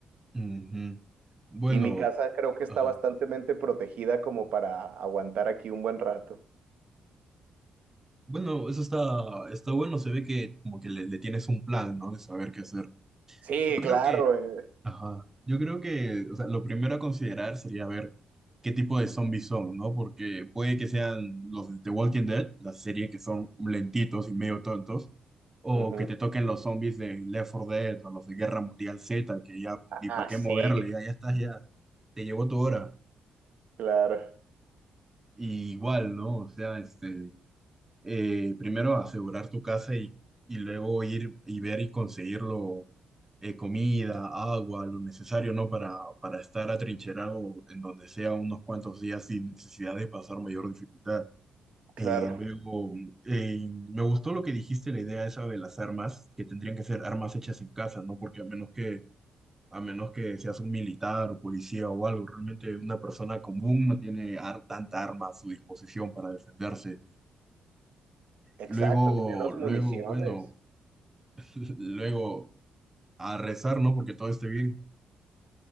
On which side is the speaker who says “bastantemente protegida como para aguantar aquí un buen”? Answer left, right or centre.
Right